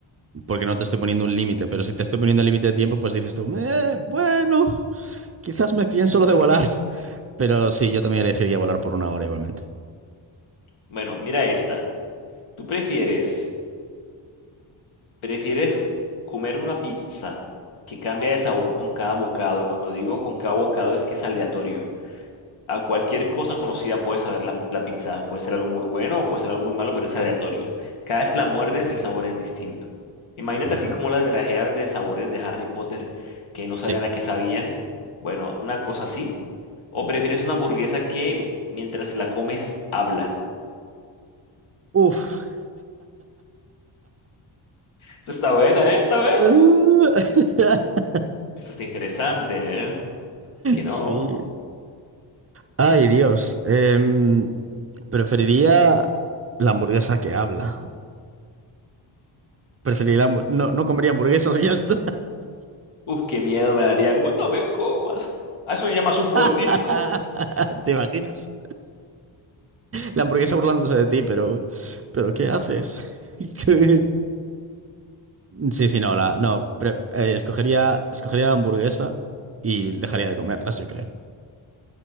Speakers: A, on the right; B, on the left.
A: porque no te estoy poniendo un límite, pero si te estoy poniendo el límite de tiempo, pues dices tú, "Eh, bueno, quizás me pienso
B: <laughs>
A: lo de volar, pero sí, yo también elegiría volar por una hora igualmente.
B: Bueno, mira esta. ¿Tú prefieres, prefieres comer una pizza que cambia de sabor con cada bocado? Y cuando digo con cada bocado es que es aleatorio. a cualquier cosa conocida puedes saber la, la pizza. Puede ser algo muy bueno o puede ser algo muy malo, pero es aleatorio. Cada vez que la muerdes, el sabor es distinto. Imagínate
A: Ujú,
B: así como las grajeas de sabores de Harry Potter que no sabían
A: Sí.
B: a qué sabían. Bueno, una cosa así. ¿O prefieres una hamburguesa que m- mientras la comes habla?
A: Uf.
B: Esto está buena, ¿eh? Está buena.
A: <laughs>
B: Esto está interesante, ¿eh? Que no.
A: Sí. Ay, Dios. Em, Preferiría la hamburguesa que habla. Preferiría la hambu- no, no comería hamburguesas y ya está.
B: Uf, qué miedo me daría. Como, no me comas. ¿A eso le llamas un mordisco?
A: <laughs> ¿Te imaginas? La hamburguesa burlándose de ti, pero, pero ¿qué haces? <laughs> ¿Qué? Sí, sí, no, la, no, pre- eh, escogería, escogería la hamburguesa y dejaría de comerlas, yo creo.